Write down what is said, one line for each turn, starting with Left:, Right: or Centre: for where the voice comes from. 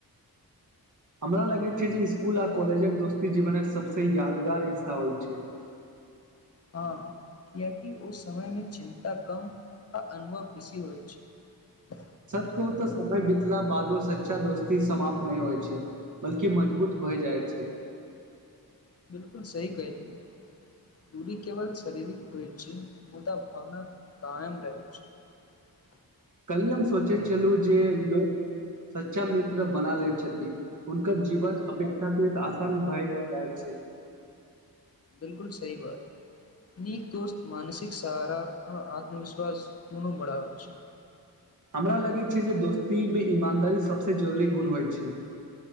Right: हमरा लगैत छै जे इसकुल आ कॉलेजक दोस्ती जीवनक सभसँ यादगार हिस्सा होइत छै
Left: हँ कियकि ओ समयमे चिन्ता कम आ अनुभव बेसी होइ छै
Right: सच कहू तऽ समय बीतला बादो सच्चा दोस्ती समाप्त नहि होइ छै बल्कि मजबूत भय जाइ छै
Left: बिलकुल सही कहिली दूरी केवल शारीरिक हो छैय मुदा भावना कायम रहै छैय।
Right: कलही हम सोचैत छलहुँ जे लोक सच्चा मित्र बना लैत छथि हुनकर जीवन अपेक्षाकृत आसान भए जाइत छैय।
Left: बिलकुल सही बात नीक दोस्त मानसिक सहारा आ आत्मविश्वास दूनो बढ़ावैत छैय।
Right: हमरा लगैत छै जे दोस्तीमे ईमानदारी सभसँ जरूरी गुण होइत छै